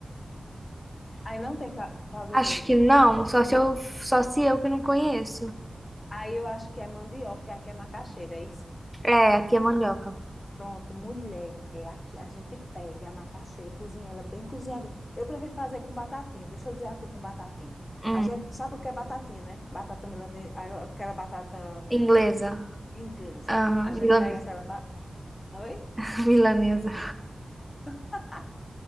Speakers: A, on the left (about 45°); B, in the centre.
A: Aí não tem ca- caldo
B: Acho
A: verde.
B: que não. Só se eu, só se eu que não conheço.
A: Aí eu acho que é mandioca, e aqui é macaxeira, é isso?
B: É, aqui é mandioca.
A: Pronto, mulher, aqui a gente pega a macaxeira, cozinha ela bem cozinhadinha. Eu prefiro fazer com batatinha, deixa eu dizer a tu com batatinha.
B: Hum,
A: A gente sabe o que é batatinha, né? Batata milanesa, aquela batata
B: inglesa.
A: inglesa.
B: Aham,
A: A gente
B: milanesa.
A: pega aquela. Ba... Oi?
B: <laughs> Milanesa.
A: <laughs>